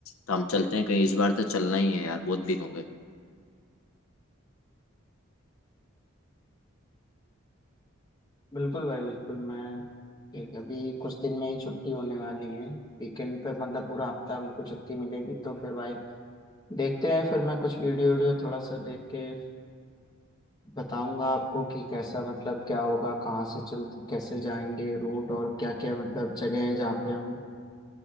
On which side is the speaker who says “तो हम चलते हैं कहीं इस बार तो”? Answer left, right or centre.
Left